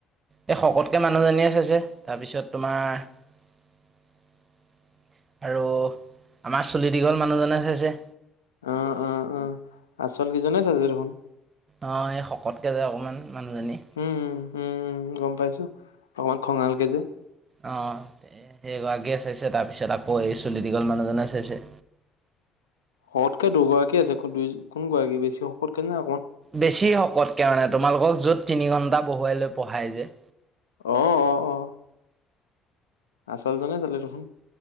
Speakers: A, on the right; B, on the left.
A: এই শকতকে মানুহজনীয়ে চাইছে তাৰপিছত তোমাৰ <inaudible> আৰু আমাৰ চুলি দীঘল মানুহজনে চাইছে
B: অ অ অ আচল কিজনে চাইছে দেখোন
A: অ এই শকতকে যে অকমান মানুহজনী।
B: উম উম গম পাইছো অকমান খঙালকে যে
A: অঁ সেইগৰাকীয়ে তাৰপিছত আকৌ এই চলিটিকল মানুহজনে চাইছে
B: শকতকে দুগৰাকী আছে দুই কোন গৰাকী বেছি শকতকে না
A: বেছি শকত কাৰণে তোমালোকক যত তিনি ঘন্টা বহুৱাই লৈ পঢ়াই যে
B: অ অ অ আচল জনে চালে দেখোন।